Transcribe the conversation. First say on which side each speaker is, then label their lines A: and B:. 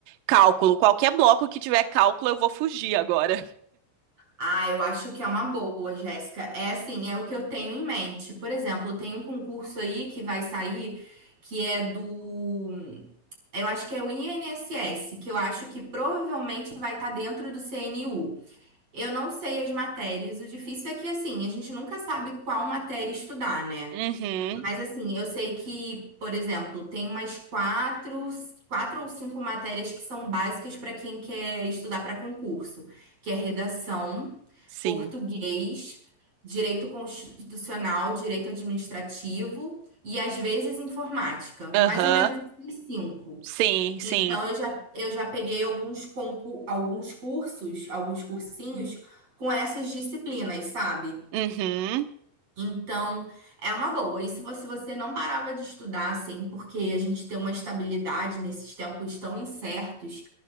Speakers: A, on the right; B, on the right.
A: cálculo. Qualquer bloco que tiver cálculo, eu vou fugir agora.
B: Ah, eu acho que é uma boa, Jéssica. É assim, é o que eu tenho em mente. Por exemplo, tem um concurso aí que vai sair que é do. Eu acho que é o INSS, que eu acho que provavelmente vai estar dentro do CNU. Eu não sei as matérias. O difícil é que, assim, a gente nunca sabe qual matéria estudar, né?
A: Uhum,
B: Mas, assim, eu sei que, por exemplo, tem umas quatro, quatro ou cinco matérias que são básicas para quem quer estudar para concurso, que é redação,
A: sim.
B: português, direito constitucional, direito administrativo e, às vezes, informática. Mais
A: Aham,
B: ou menos, assim, cinco.
A: sim, sim.
B: Então, eu já, eu já peguei alguns, concur, alguns cursos, alguns cursinhos com essas disciplinas, sabe?
A: Uhum,
B: Então, é uma boa. E se você, você não parava de estudar, assim, porque a gente tem uma estabilidade nesses tempos tão incertos,